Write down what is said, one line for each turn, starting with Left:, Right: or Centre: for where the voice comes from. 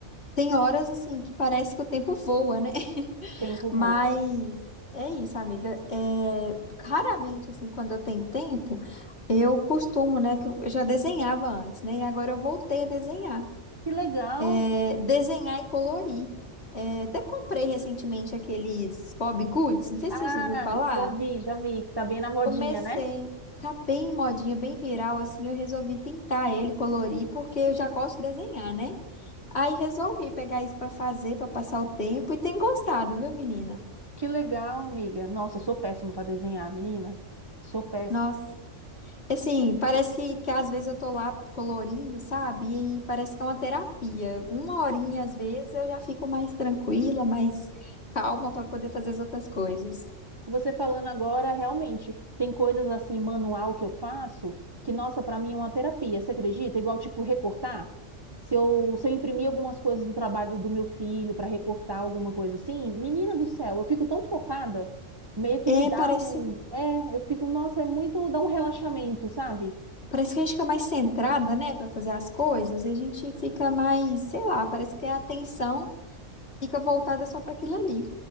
Left: Tem horas assim que parece que o tempo voa, né? <laughs>
Right: Tempo
Left: Mas
Right: voa.
Left: é isso, amiga. É... Raramente, assim, quando eu tenho tempo. Eu costumo, né, que eu já desenhava antes, né, e agora eu voltei a desenhar.
Right: Que legal.
Left: É, desenhar e colorir. É, até comprei recentemente aqueles Bob Goods, não sei
Right: Ah,
Left: se você viu falar.
Right: já vi, já vi, que tá bem na modinha,
Left: Comecei,
Right: né?
Left: tá bem modinha, bem viral, assim, eu resolvi pintar ele, colorir, porque eu já gosto de desenhar, né? Aí resolvi pegar isso pra fazer, pra passar o tempo, e tem gostado, viu, menina?
Right: Que legal, amiga. Nossa, eu sou péssima para desenhar, menina. Sou péssima.
Left: Nossa. Assim, parece que, que às vezes eu tô lá colorindo, sabe? E parece que é uma terapia. Uma horinha, às vezes, eu já fico mais tranquila, mais calma para poder fazer as outras coisas.
Right: Você falando agora, realmente, tem coisas assim, manual que eu faço, que, nossa, para mim é uma terapia, você acredita? Igual, tipo, recortar. Se eu, se eu imprimir algumas coisas do trabalho do meu filho para recortar alguma coisa assim, menina do céu, eu fico tão focada, meio que
Left: É,
Right: me dá
Left: parece,
Right: um. É, eu fico, nossa, é muito. Dá um relaxamento, sabe?
Left: parece que a gente fica mais centrada, né, para fazer as coisas, e a gente fica mais, sei lá, parece que a atenção fica voltada só para aquilo ali.